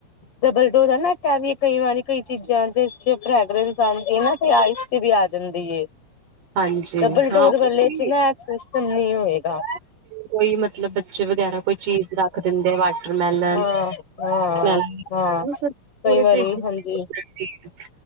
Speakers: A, on the left; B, on the right.
A: ਡਬਲ ਡੋਰ ਹੈ ਨਾ ਇ ਵੀ ਕਈ ਵਾਰੀ ਕਈ ਚੀਜ਼ਾਂ ਜ ਚ ਫੈਗਰੈਂਸ ਆਉਂਦੇ ਨਾ ਆਇਸ ਤੇ ਵੀ ਆ ਜਾਂਦੀਏ
B: ਹਾਂਜੀ
A: ਡਬਲ
B: ਹਾਂ
A: ਟੋਰ
B: ਉਹ
A: ਵੱਲੇ
B: ਵੀ
A: ਚ ਨਾ ਸਿਸਟਮ ਨ ਹੋਏਗਾ
B: ਕੋਈ ਮਤਲਬ ਬੱਚੇ ਵਗੈਰਾ ਕੋਈ ਚੀਜ਼ ਰੱਖ ਦਿੰਦੇ ਵਾਟਰਮੈਲਨ
A: ਹਾਂ ਹਾਂ
B: ਮੇਲਨ
A: ਹਾਂ
B: ਪੂਰੇ
A: ਕਈ ਵਾਰੀ
B: ਫਰਿੱਜ
A: ਹਾਂਜੀ
B: ਸੀਡ